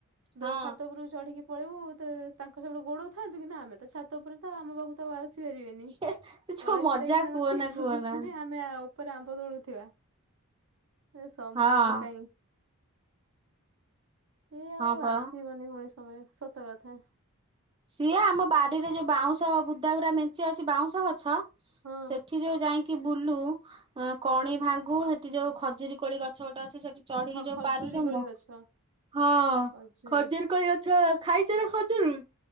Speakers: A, on the right (about 20°); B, on the right (about 65°).
A: ହଁ
B: ଦୋ ଛାତ ଉପରୁକୁ ଚଢିକି ପଳେଇବୁ ତ ତାଙ୍କୁ ସେପଟେ ଗୋଡଉ ଥାନ୍ତୁ କିନ୍ତୁ ଆମେ ତ ଛାତ ଉପରେ ତ ଆମ ବାକୁ ତ ଆସ ସି ପାରିବେନି
A: ସେ ଯୋଉ
B: ତଳେ
A: ମଜା
B: ଛିଡାହେଇକି ତାଙ୍କର
A: କୁହନା
B: ଚିଲୋଉ
A: କୁହନା।
B: ଥିଲେ ଆମେ ଆଉ ପରା ମ୍ ମ୍ବ ତୋଳୁଥିବା। ଏ ସମୟ
A: ହଁ
B: ଆଉ କାଇଁ। ସେ ଆଉ
A: ହଁ ପା
B: ଆସିବନି <unintelligible> ସମୟ ସତ କଥା।
A: ସିଏ ଆମ ବାଡିରେ ଯୋଉ ବାଉଁଶ ବୁଦାଗୁୁରା ମେଞ୍ଚେ ଅଛି ବାଉଁଶ ଗଛ
B: ହଁ
A: ସେଠି ଯୋଉ ଯାଇଁକି ବୁଲୁ ଅଁ କଣି ଭାଙ୍ଗୁ ସେଠି ଯୋଉ ଖଜୁରୀ କୋଳି ଗ ଗଛ ଗୋଟେ ଅଛି ସେଠି ଚଢିକି
B: ହଁ
A: ଯୋଉ
B: ଖଜୁରୀ
A: ପାରୁଚ
B: କୋଳି
A: ମ
B: ଗଛ
A: ହଁ
B: ଖଜୁରୀ
A: ଖଜୁର କଳି ଗଛ ଖାଇଛ ନା ଖଜୁରୀ?